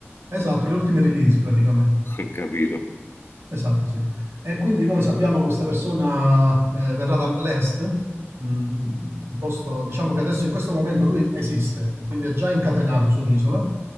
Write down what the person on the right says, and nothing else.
Esatto, le ultime release praticamente.
Esatto, sì. E quindi noi sappiamo che questa persona eh, verrà dall'est, mh, un posto, diciamo che adesso in questo momento lui esiste, quindi è già incatenato su un'isola.